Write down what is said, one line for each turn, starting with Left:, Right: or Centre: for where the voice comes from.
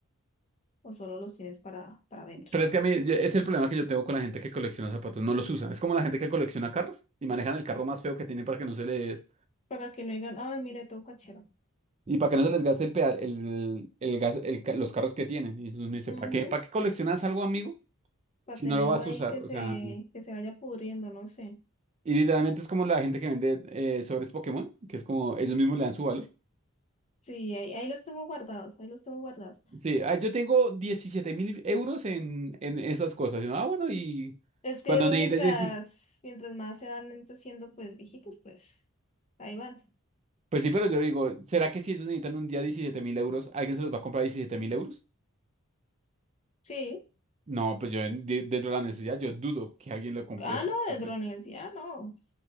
Left: o solo los tienes para, para ver.
Right: Pero es que a mí yo- es el problema que yo tengo con la gente que colecciona zapatos, no los usan. Es como la gente que colecciona carros y manejan el carro más feo que tienen para que no se les,
Left: Para que no digan, ay, mire, todo cachero.
Right: Y para que no se les gaste el, pea- el, el gas, el ca- los carros que tienen. Y entonces uno dice, ¿para
Left: Ujú,
Right: qué? ¿Para qué coleccionas algo, amigo?
Left: Para
Right: Si
Left: tenerlo
Right: no lo vas
Left: ahí
Right: a usar.
Left: que
Right: O
Left: se,
Right: sea,
Left: que se vaya pudriendo, no sé.
Right: y literalmente es como la gente que vende eh, sobres Pokémon, que es como ellos mismos le dan su valor.
Left: Sí, ahí, ahí los tengo guardados, ahí los tengo guardados.
Right: Sí, ah, yo tengo diecisiete mil euros en, en esas cosas. Y uno, ah, bueno, y
Left: Es que
Right: cuando necesitas,
Left: mientras,
Right: 10
Left: mientras más se van haciendo pues viejitos, pues ahí van.
Right: pues sí, pero yo digo, ¿será que si ellos necesitan un día diecisiete mil euros, alguien se los va a comprar diecisiete mil euros?
Left: Sí.
Right: No, pues yo en- de- dentro de la necesidad, yo dudo que alguien lo compre
Left: Ah,
Right: ese-
Left: no,
Right: al precio.
Left: de la universidad, no.